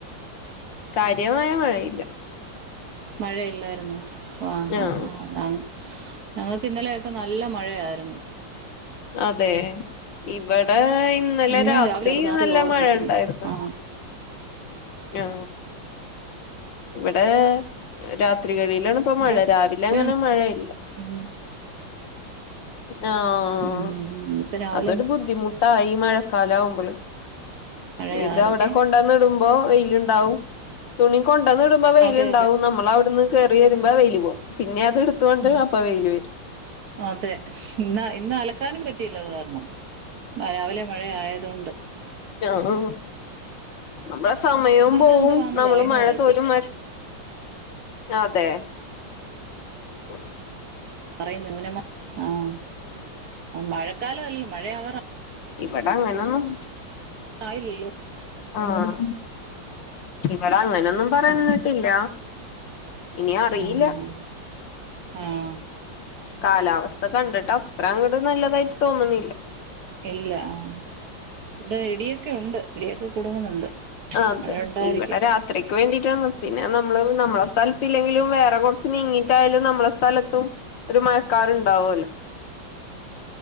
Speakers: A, on the left; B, on the right.
A: കാര്യമായ മഴയില്ല.
B: മഴയില്ലായിരുന്നു ആഹ
A: ആഹ്
B: ആ ഞങ്ങൾക്ക് ഇന്നലെയൊക്കെ നല്ല മഴയായിരുന്നു.
A: അതെ ഇവിടെ ഇന്നലെ
B: ഇന്നും
A: രാത്രി
B: രാവിലെ ചെറുതായിട്ട്
A: നല്ല
B: ചോർന്നിക്കുന്നു
A: മഴ ഉണ്ടായിരുന്നു.
B: ആ
A: ആ ഇവിടെ രാത്രി ഴികളിയിലാണ് ഇപ്പ മഴ
B: അല്ലെ
A: രാവിലെ അങ്ങനെ
B: ഉം
A: മഴയില്ല
B: ഉം
A: ആഹ
B: ഉം ഉം ഇപ്പൊ രാവിലെ
A: അതൊരു ബുദ്ധിമുട്ടായി ഈ മഴക്കാലാവുമ്പള്
B: മഴയായിരുന്നേ
A: ഇത് അവ്ടെ കൊണ്ടന്ന്ടും വെയിലുണ്ടാവും തുണിയ കൊണ്ടന്ന് ഇടുമ്പോ വെയിലുണ്ടാവും
B: അതെ അതെ
A: നമ്മൾ അവിടുന്ന് കേയറി വരുമ്പോ വെയില് പോവും പിന്നെ എടുത്തോണ്ട്
B: ആ
A: അപ്പ വെയില് വരും
B: അതെ ഇന്ന് ഇന്ന് അലക്കാനും പറ്റിയില്ല അത് കാരണം രാവിലെ മഴ ആയതൊണ്ട്
A: ആഹ ന- സമയം
B: മർദ്ദം
A: പോവും
B: എന്തോ ആന്ന്
A: നമ്മള്
B: പറയുന്നത്
A: മഴ
B: കേട്ടു
A: തോരും അതെ. ആഹ
B: പറയുന്നു ഇങ്ങനെ ആഹ് മഴക്കാല അല്ലല്ലോ മഴയാകാറ
A: ഇവിട അങ്ങനൊന്നും
B: ആ ഇല്ലല്ലോ
A: ആഹ് ഇവിടെ അങ്ങനൊന്നും പറഞ്ട്ടില്ല
B: ആ
A: ഇനിയ അറിയില്ല.
B: ആ ആ ആഹ്
A: കാലാവസ്ഥ കണ്ടിട്ട് അത്രങ്ങട് നല്ലത് അതായിട്ട് തോന്നുന്നില്ല
B: ഇല്ല ആ ഇവിടെ ഇടിയൊക്കെ ഉണ്ട് ഇടിയൊക്കെ കൊടുങ്ങുന്നുണ്ട്
A: ആ അതെ
B: മഴ ഉണ്ടായിരിക്കും
A: ഇവിടെ രാത്രിക്ക് വേണ്ടീട്ട പിന്നെ നമ്മള് നമ്മളെ സ്ഥലത്തില്ലെങ്കിലും വേറെ കുറച്ച് നീങ്ങിട്ടായാലും നമ്മളെ സ്ഥലത്തും ഒരു മഴക്കാരറുണ്ടാവോലോ